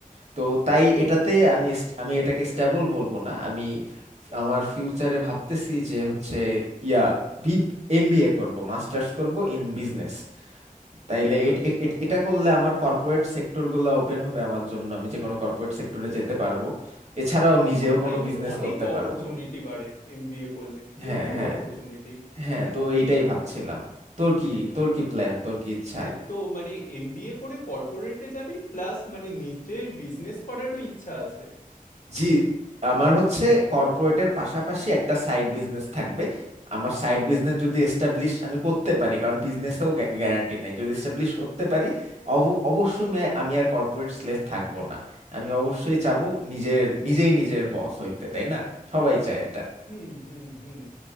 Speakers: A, on the right (about 50°); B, on the left (about 65°).
A: তো তাই এটাতে আমি st- আমি এটাকে স্টেবল বলবো না আমি ফ- আমার ফিউচারে ভাবতেছি যে হচ্ছে ইয়া বি এমবিএ করব মাস্টার্স করব ইন বিজনেস তাইলে এট-
B: আচ্ছা
A: এট- এট- এটা করলে আমার কর্পোরেট সেক্টরগুলো ওপেন হবে আমার জন্য আমি যে কোনো কর্পোরেট সেক্টরে যেতে পারবো এছাড়াও
B: একদম
A: নিজেও
B: ভাই
A: কোনো বিজনেস
B: অনেক
A: করতে পারবো
B: অপরচুনিটি বাড়ে এমবিএ করলে প্রচুর
A: হ্যাঁ হ্যাঁ
B: অপরচুনিটি
A: হ্যাঁ
B: হুম
A: তো এইটাই ভাবছিলাম তোর কি তোর কি প্ল্যান তোর কি ইচ্ছা
B: হ্যাঁ তো মানে এমবিএ করে কর্পোরেটে যাবি প্লাস মানে নিজের বিজনেস করারও ইচ্ছা আছে
A: জি আমার হচ্ছে কর্পোরেটের পাশাপাশি একটা সাইড বিজনেস থাকবে আমার সাইড বিজনেস যদি এস্টাবলিশ আমি করতে পারি কারণ বিজনেসেও গ্যারান্টি নাই যদি এস্টাবলিশ করতে পারি অব- অবশ্যই আমি আমি আর কর্পোরেট স্লেভ থাকবো না আমি অবশ্যই চাবো নিজের নিজেই নিজের বস হইতে তাই না সবাই চায় এটা
B: হুম হুম হুম